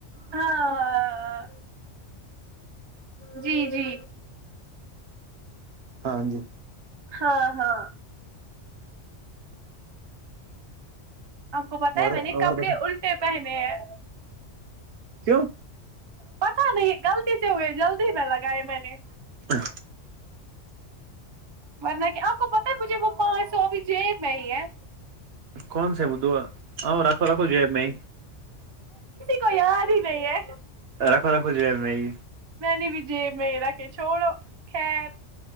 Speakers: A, on the right; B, on the right.
A: ہاں ہاں جی جی
B: ہاں جی
A: ہاں ہاں آپ کو پتا
B: اور
A: ہے میں نے کپڑے
B: اور بتا
A: الٹے پہنے ہیں
B: کیوں
A: پتا نہیں غلطی سے ہوئے جلدی میں لگائے میں نے
B: ہاں
A: ورنہ کیا آپ کو پتا ہے مجھے وہ پانچ سو ابھی جیب میں ہی ہے
B: کون سے بھ رکھو رکھو جو میں
A: کوئی یاد ہی نہیں ہے
B: رخ رکھو جی نہیں
A: میں نے بھی جیب میں را کے چھوڑو خیر